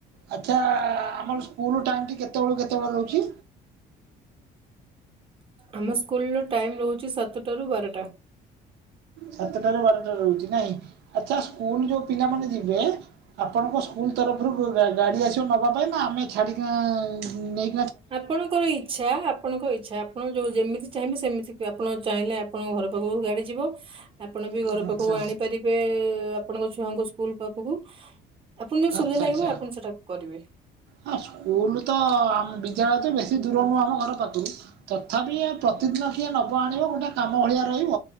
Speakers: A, on the right; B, on the right.
A: ଆଚ୍ଛା ଆମର ସ୍କୁଲ ଟାଇମ୍ଟି କେତେବେଳୁ କେତେବେଳେ ରହୁଛି।
B: ଆମ ସ୍କୁଲର ଟାଇମ ରହୁଛି ସାତଟାରୁ ବାରଟା।
A: ସାତଟ ର ବାରଟା ରହୁଛି ନାହିଁ। ଆଚ୍ଛା ସ୍କୁଲ ଯୋଉ ପିଲାମାନୋନ ଯିବେ ଆପଣଙ୍କ ସ୍କୁଲ ତରଫରୁ ଗୋ ଗାଆସ ନ ଆମେ ଛାଡି ନେଇ
B: ଆପଣଙ୍କର ଇଚ୍ଛା ଆପଣଙ୍କ ଇଛା। ଆପଣ ଯୋଉ ଯେମିତି ଚାହିଁବେ ସେମିତି ଆପଣ ଚାହିଁଲେ ଆପଣଙ୍କ ଘର ପାଖକୁ ଗାଡି ଯିବ ଆପଣ ବି
A: ଆଚ୍ଛା
B: ଘର ପାଖକୁ ଆଣିପାରିବେ। ଆପଣଙ୍କ ଛୁଆଙ୍କୁ ବୁନ ପାଖକୁ। ଆପଣଙ୍କୁ ଯୋଉ ସୁବିଧା
A: ଆଛା
B: ଲାଗିବ
A: ଆଛା
B: ଆପଣ ସେଟା କରିବେ
A: ହଁ ସ୍କୁଲ ତ ଆମ ବିଦ୍ୟାଳୟ ତ ବେଶୀ ଦୂର ନୁହଁ। ଆମ ଘର ପାଖରୁ ତଥାପି ପ୍ରତିଦିନ କିଏ ନେ ଆଣିବ ଗୋଟେ କାମ ଭଳିଆ ରହିବ